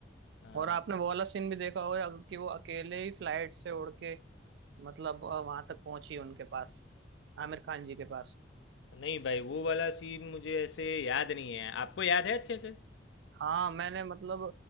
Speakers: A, on the left; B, on the right.
A: हाँ
B: और आपने वो वाला सीन भी देखा होगा कि वो अकेले ही फ्लाइट से उड़ के मतलब वहां तक पहुंची उनके पास आमिर खान जी के पास
A: नहीं भाई वो वाला सीन मुझे ऐसे याद नहीं है आपको याद है अच्छे से
B: हाँ मैंने मतलब